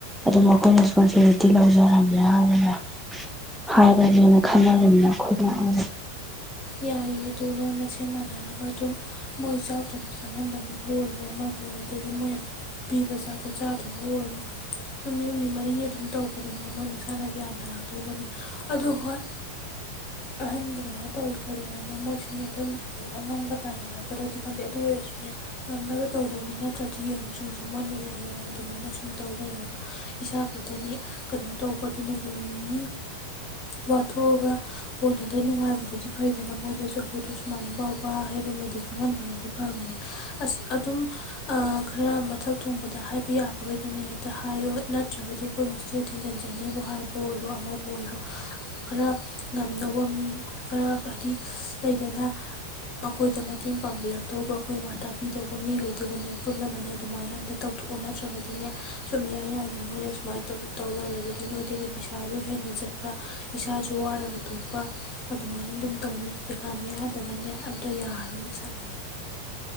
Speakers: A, in the centre; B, on the left (about 35°).
A: ꯑꯗꯨꯝ ꯑꯩꯈꯣꯏ ꯔꯦꯁꯄꯣꯟꯁꯤꯕꯤꯂꯤꯇꯤ ꯂꯧꯖꯔꯝꯒꯦ ꯍꯥꯏꯔꯒ ꯍꯥꯏꯔꯒꯦꯅ ꯈꯟꯅꯔꯅꯤꯅ ꯑꯩꯈꯣꯏꯅ
B: ꯌꯥꯏꯑ ꯑꯗꯣ ꯅꯣꯏ ꯃꯁꯦꯟ ꯃꯥꯟꯅꯔꯒ ꯑꯗꯨꯝ ꯃꯣꯏ ꯆꯥꯛ ꯊꯣꯡꯕ ꯆꯪꯍꯟꯗꯕꯕꯨ ꯑꯣꯏꯔꯣ ꯑꯃꯕꯨ ꯑꯣꯏꯔꯣ ꯑꯗꯒꯤ ꯃꯣꯏꯅ ꯄꯤꯕ ꯆꯥꯛꯊꯣꯛ ꯆꯥꯗꯕꯕꯨ ꯑꯣꯏꯔꯣ ꯅꯨꯃꯤꯠ ꯍꯨꯝꯅꯤ ꯃꯔꯤꯅꯤ ꯑꯗꯨꯝ ꯇꯧꯕꯗꯅꯦ ꯃꯣꯏ ꯃꯁꯥꯅ ꯒ꯭ꯌꯥꯟ ꯇꯥꯔꯗꯧꯕꯅꯤ ꯑꯗꯣ ꯍꯣꯏ ꯑꯍꯟ ꯀꯩꯅꯣ ꯇꯧꯏ ꯈꯣꯠꯂꯦꯅꯅꯦ ꯃꯣꯏꯁꯨꯅꯦ ꯑꯗꯨꯝ ꯑꯉꯝꯕ ꯇꯥꯟꯅꯔꯛꯒꯗ꯭ꯔꯗꯤ ꯈꯪꯗꯦ ꯑꯗꯨ ꯑꯣꯏꯔꯁꯨꯅꯦ ꯉꯝꯅꯕ ꯇꯧꯗꯧꯅꯤ ꯅꯠꯇ꯭ꯔꯗꯤ ꯌꯦꯡꯉꯨ ꯁꯨꯝꯁꯨ ꯃꯣꯏꯅ ꯌꯥꯏ ꯌꯥꯏꯅꯤ ꯑꯗꯨꯃꯥꯏꯅ ꯁꯨꯝ ꯇꯧ ꯂꯩꯔꯒ ꯏꯁꯥ ꯈꯛꯇꯅꯤ ꯀꯩꯅꯣ ꯇꯧꯕꯗꯨꯅ ꯅꯣꯡ ꯉꯤ ꯋꯥꯊꯣꯛꯑꯒ ꯀꯣꯟꯅꯗ ꯅꯨꯡꯉꯥꯏꯕꯗꯨ ꯗꯤ ꯐꯩꯗꯅ ꯃꯣꯏꯗꯁꯨꯈꯨꯠꯇꯣ ꯁꯨꯃꯥꯏ ꯐꯥꯎꯕ ꯍꯥꯏꯕꯃ ꯈꯪꯍꯟꯕꯅꯗꯤ ꯐꯕꯅꯤ ꯑꯁ ꯑꯗꯨꯝ ꯈꯔ ꯃꯊꯛ ꯊꯣꯡꯕꯗ ꯍꯥꯏꯕ ꯌꯥꯕꯈꯩꯗꯅꯦ ꯍꯦꯛꯇ ꯍꯥꯏꯌꯣ ꯅꯠꯇ꯭ꯔꯒꯗꯤ ꯑꯩꯈꯣꯏ ꯍꯣꯁꯇꯦꯜ ꯊꯤꯡꯖꯤꯟꯖꯅꯤꯕꯨ ꯍꯥꯏꯕ ꯑꯣꯏꯔꯣ ꯑꯃꯕꯨ ꯑꯣꯏꯔꯣ ꯈꯔ ꯉꯝꯗꯧꯕ ꯃꯤ ꯈꯔ ꯍꯥꯏꯗꯤ ꯂꯩꯗꯅ ꯑꯩꯈꯣꯏꯗ ꯃꯇꯦꯡ ꯄꯥꯡꯕꯤꯔꯛꯇꯧꯕ ꯑꯩꯈꯣꯏ ꯋꯥ ꯇꯥꯕꯤꯗꯧꯕ ꯃꯤ ꯂꯩꯩꯗꯨꯒꯅꯦ ꯄꯨꯜꯂꯒꯅꯦ ꯑꯗꯨꯃꯥꯏꯅ ꯑꯝꯇ ꯇꯧꯊꯣꯛꯑꯣ ꯅꯠꯇ꯭ꯔꯒꯗꯤꯅꯦ ꯁꯨꯝ ꯌꯥꯏ ꯌꯥꯏꯅꯦ ꯃꯣꯏꯅ ꯁꯨꯃꯥꯏꯅ ꯇꯧ ꯂꯩꯔꯒꯗꯤ ꯅꯣꯏꯗꯒꯤ ꯄꯩꯁꯥꯁꯨ ꯍꯦꯟꯅ ꯆꯠꯄ ꯏꯁꯥꯁꯨ ꯋꯥꯔꯒ ꯇꯣꯛꯄ ꯑꯗꯨꯃꯥꯏꯅ ꯑꯗꯨꯝ ꯇꯧꯅꯤ ꯄꯩꯈꯥꯝ ꯌꯥꯗꯒꯅꯦ ꯑꯝꯇ ꯌꯥꯔꯔꯣꯏꯅ ꯁꯥꯔꯤꯩꯗꯣ